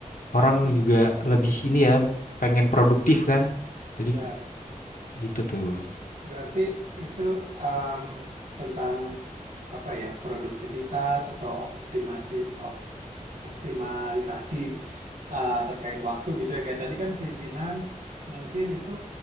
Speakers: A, on the left; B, on the right.
A: orang
B: hmm,
A: juga lebih ini ya pengen produktif kan. Jadi
B: siap.
A: gitu tuh.
B: Berarti itu um, tentang apa ya, produktivitas atau optimasi, op- optimalisasi uh, terkait waktu gitu ya. Kayak tadi kan perizinan mungkin itu